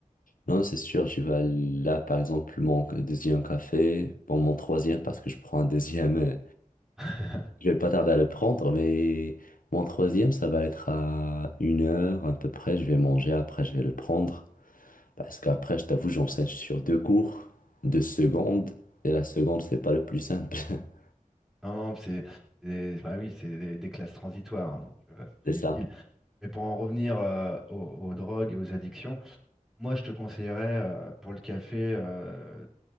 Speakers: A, on the left (about 80°); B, in the centre.
A: Non, c'est sûr, je vais là, par exemple, mon deuxième café, bon, mon troisième, parce que je prends un deuxième, euh,
B: <laughs>
A: je vais pas tarder à le prendre, mais mon troisième, ça va être à une heure à peu près, je vais manger, après je vais le prendre, parce qu'après, je t'avoue, j'enseigne sur deux cours, deux secondes, et la seconde, c'est pas le plus simple, <laughs>
B: Non non, c'est c'est bah oui, c'est des, des classes transitoires hein, donc euh, c'est très
A: c'est
B: difficile.
A: ça.
B: Mais pour en revenir euh, aux, aux drogues et aux addictions, moi je te conseillerais euh, pour le café euh,